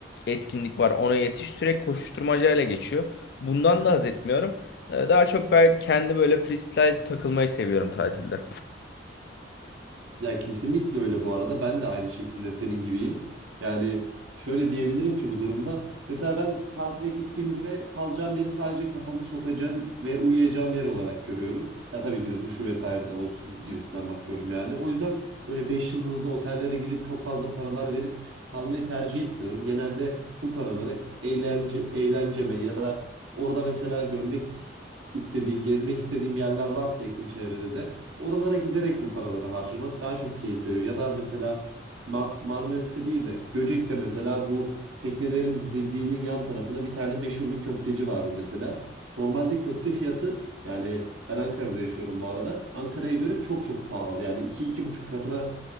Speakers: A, on the left; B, on the right.
A: etkinlik var. Ona yetiş sürekli koşuşturmacayla geçiyor. Bundan da haz etmiyorum. Ee, Daha çok ben kendi böyle freestyle takılmayı seviyorum tatilde.
B: Ya kesinlikle öyle bu arada. Ben de aynı şekilde senin gibiyim. Yani şöyle diyebilirim ki bu durumda. Mesela ben tatile gittiğimde kalacağım yeri sadece kafamı sokacağım ve uyuyacağım yer olarak görüyorum. Ya tabii ki de duşu vesaire de olsun gibisinden bakıyorum yani. O yüzden böyle 5 yıldızlı otellere gidip çok fazla paralar verip kalmayı tercih etmiyorum. Genelde bu paraları eğlence, eğlenceme ya da orada mesela görmek istediğim, gezmek istediğim yerler varsa yakın çevrede de Oralara giderek bu paraları harcamak daha çok keyif veriyor. Ya da mesela Ma- Marmaris'te değil de Göcek'te mesela bu teknelerin dizildiğinin yan tarafında bir tane meşhur bir köfteci vardı mesela. Normalde köfte fiyatı yani ben Ankara'da yaşıyorum bu arada. Ankara'ya göre çok çok pahalı yani iki iki buçuk katına